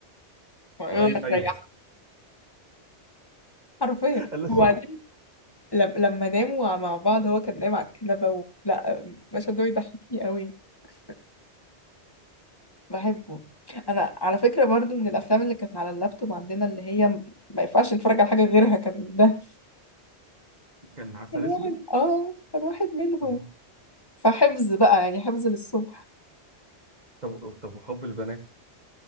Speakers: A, on the left; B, on the right.
A: <laughs> ويقول
B: اه أي...
A: له هتريحك
B: ايوه
A: حرفيا
B: قال له-
A: وبعدين لم- لما ناموا مع بعض هو كان نايم على الكنبة و... لا المشهد ده بيضحكني قوي <laughs> بحبه انا على فكرة برضو من الافلام اللي كانت على اللابتوب عندنا اللي هي ما ينفعش نتفرج على حاجة غيرها كان ده
B: كان عسل
A: كان واحد
B: اسود
A: اه كان واحد منهم
B: اه
A: فحفظ بقى يعني حفظ للصبح
B: طب طب وحب البنات